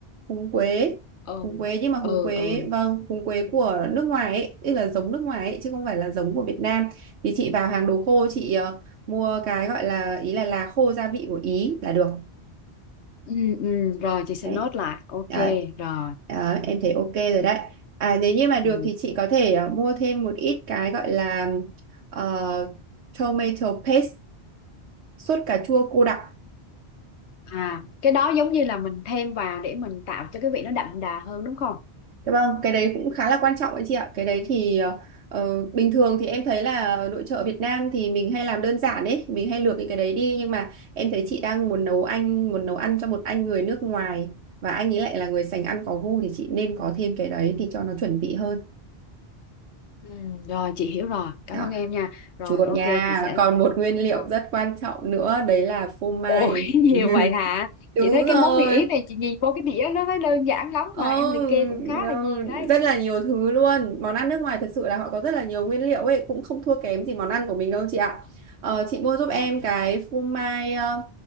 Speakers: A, on the right (about 80°); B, on the left (about 85°).
A: húng quế
B: ừ,
A: húng quế nhưng mà húng
B: ừ,
A: quế
B: ừ.
A: vâng húng quế của nước ngoài ấy tức là giống nước ngoài ấy chứ không phải là giống của Việt Nam thì chị vào hàng đồ khô chị ờ, mua cái gọi là ý là lá khô gia vị của Ý là được
B: Ừ, ừ, rồi chị sẽ
A: đấy
B: nốt lại. Ok,
A: đấy
B: rồi.
A: Đó, em thấy ok rồi đấy à nếu như mà được
B: Ừ.
A: thì chị có thể ờ, mua thêm một ít cái gọi là ờ, tomato paste sốt cà chua cô đặc.
B: À, cái đó giống như là mình thêm vào để mình tạo cho cái vị nó đậm đà hơn đúng không?
A: Dạ Vâng, cái đấy cũng khá là quan trọng đấy chị ạ. Cái đấy thì ờ, ờ, bình thường thì em thấy là ở nội trợ Việt Nam thì mình hay làm đơn giản đấy, mình hay luộc những cái đấy đi nhưng mà em thấy chị đang muốn nấu anh muốn nấu ăn cho một anh người nước ngoài và anh ấy lại là người sành ăn có gu thì chị nên có thêm cái đấy thì cho nó chuẩn vị hơn.
B: Ừ, rồi chị hiểu rồi, cảm
A: Đó,
B: ơn em nha. Rồi
A: chùa
B: ok
A: nha.
B: chị sẽ
A: Còn một nguyên liệu
B: Ờ.
A: rất quan trọng nữa đấy là phô mai.
B: Ôi <laughs> nhiều
A: <laughs>
B: vậy hả?
A: Đúng
B: Chị thấy
A: rồi.
B: cái món mì ý này chị nhìn vô cái đĩa nó thấy đơn giản lắm
A: Ồ,
B: mà em liệt kê cũng
A: no,
B: khá là nhiều đấy.
A: rất là nhiều thứ luôn. Món ăn nước ngoài thật sự là họ có rất là nhiều nguyên liệu ấy, cũng không thua kém gì món ăn của mình đâu chị ạ. Ờ, chị mua giúp
B: À,
A: em cái phô mai ờ,